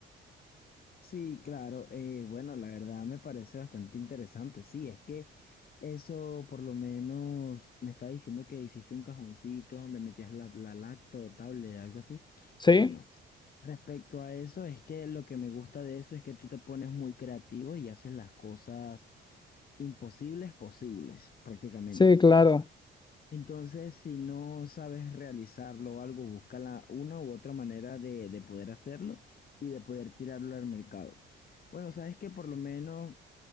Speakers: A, on the left; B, on the left.
A: Sí, claro. eh, bueno, la verdad me parece bastante interesante. Sí, es que eso por lo menos me está diciendo que hiciste un cajoncito donde metías la, la lacto, tablet, algo así.
B: ¿Sí?
A: Bueno, respecto a eso, es que lo que me gusta de eso es que tú te pones muy creativo y haces las cosas imposibles posibles, prácticamente.
B: Sí, claro,
A: Entonces, si no sabes realizarlo o algo, busca la- una u otra manera de, de poder hacerlo y de poder tirarlo al mercado. Bueno, sabes que por lo menos